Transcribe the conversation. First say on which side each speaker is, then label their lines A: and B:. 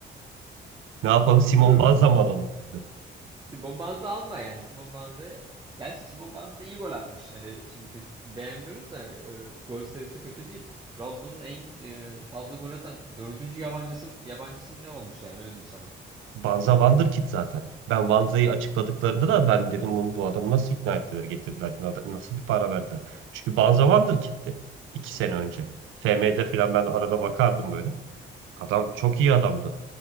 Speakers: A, on the right; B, on the right.
A: Ne yapalım? Simon
B: bilmiyorum
A: Banza mı alalım biz de?
B: Simon Banza alma yani. Simon Banza'ya Gerçi Simon Banza da iyi gol atmış. Hani şimdi biz beğenmiyoruz da e, gol sayısı kötü değil. Trabzon'un en e, fazla gol atan dördüncü yabancısı, mı- yabancısı mı ne olmuş yani öyle diyeyim sana.
A: Banza Wonderkid zaten. Ben Banza'yı açıkladıklarında da ben dedim bu, bu adamı nasıl ikna ettiler, getirdiler, na- nasıl bir para verdiler. Çünkü Banza Wonderkid'ti iki sene önce. FM'de falan ben arada bakardım böyle. Adam çok iyi adamdı.